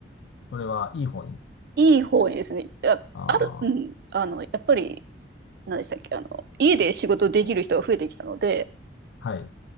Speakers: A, on the left; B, on the right.
A: それはいい方に。
B: いい方にですね。や、
A: あ
B: ある、うん、あの、やっぱり、何でしたっけ、あの、家で仕事できる人が増えてきたので、
A: あ、はい。